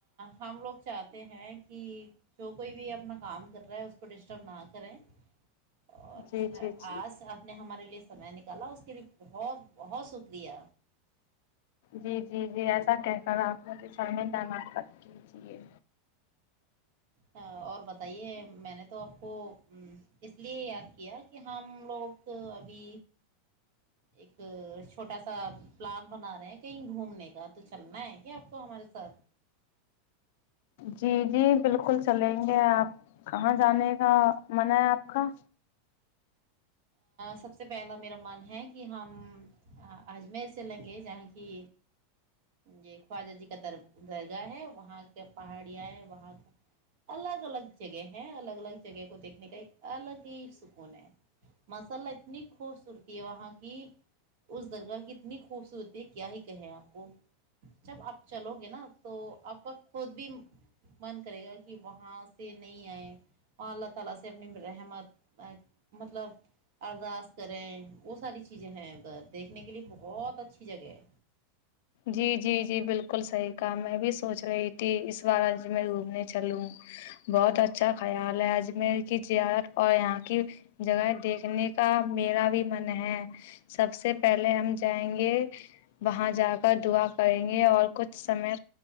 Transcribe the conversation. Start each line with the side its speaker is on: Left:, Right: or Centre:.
Right: ہم لوگ چاہتے ہیں کہ جو کوئی بھی اپنا کام کر رہا ہے اس کو ڈسٹرب نہ کریں اور
Left: جی جی جی
Right: آج آپ نے ہمارے لیے سمے نک چلا اس کے لیے بہت بہت شکریہ
Left: جی جی جی ایسا کہ کر آپ سر میں جمات کر کیجیے
Right: اور بتائیے میں نے تو آپ کو اس لیے یاد کیا کہ ہم لوگ ابھی ایک چھوٹا سا پلان بنا رہے ہیں کہیں گھومنے کا تو چلنا ہے کیا آپ کو ہمارے ساتھ
Left: جی جی بالکل چلیں گے آپ کہاں جانے کا من ہے آپ کا
Right: سب سے پہلا میرا من ہے کہ ہم اجمیر سے لیں گے جہاں کی یہ خواجہ جی کا در درگاہ ہے وہاں کے پہاڑیاں ہے وہاں کا الگ الگ جگہ ہیں الگ الگ جگہ کو دیکھنے کا ایک الگ ہی سکون ہے ماشاءاللہ اتنی خوبصورتی ہے وہاں کی اس درگاہہ کی اتنی خوبصورتی ہے کیا ہی کہیں آپ کو جب آپ چلو گے نا تو آپ کا خود بھی من کرے گا کہ وہاں سے نہیں آئیں وہاں اللہ تعالی سے اپنی رحمت مطلب ارداس کریں وہ ساری چیزیں ہیں ادھر دیکھنے کے لیے بہت اچھی جگہ ہے
Left: جی جی جی بالکل صحیح کام میں بھی سوچ رہی اسواراج میں گھومنے چوں بہت اچھا خیال ہے اجمیر کی جت اور یہاں کی جگہ دیکھنے کا میرا بھی من ہے سب سے پہلے ہم جائیں گے وہاں جا کر کر دعا کریں گے اور کچھ سمے